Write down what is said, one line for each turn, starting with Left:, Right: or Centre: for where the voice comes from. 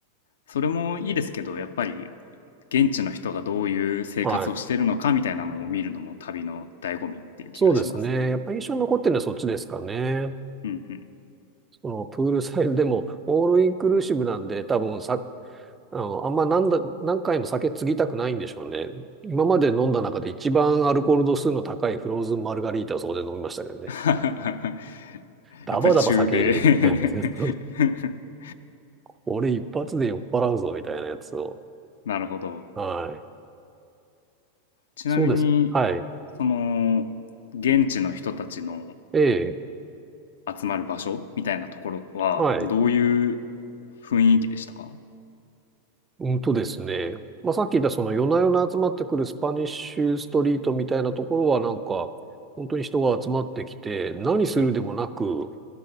Left: それもいいですけど、やっぱり現地の人がどういう生活をしてるのかみたいなのを見るのも旅の醍醐味っていう気がしますね。
Right: はい。そうですね。やっぱ印象に残ってるのはそっちですかね。
Left: うんうん。
Right: そのプールサイドでも、オールインクルーシブなんで、多分さ、あの、あんま何だ、何回も酒継ぎたくないんでしょうね。今まで飲んだ中で一番アルコール度数の高いフローズンマルガリータをそこで飲みましたけどね。
Left: <laughs>
Right: ダバダバ酒入れてる。
Left: やっぱり中米
Right: <laughs>
Left: <laughs>
Right: 俺一発で酔っ払うぞ、みたいなやつを。
Left: なるほど。
Right: はい。
Left: ちなみに、
Right: そうです。はい。
Left: その、現地の人たちの
Right: ええ。
Left: 集まる場所みたいなところは、
Right: はい。
Left: どういう雰囲気でしたか
Right: うんとですね。まあ、さっき言ったその夜な夜な集まってくるスパニッシュストリートみたいなところはなんか、本当に人が集まってきて、何するでもなく、
Left: うんうん。